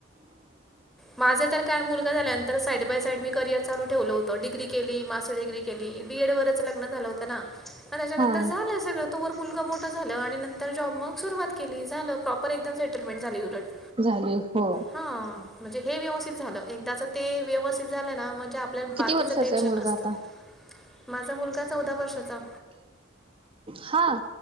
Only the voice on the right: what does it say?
हा
झाली हो
किती वर्षाचा
आहे मुलगा
आता
हा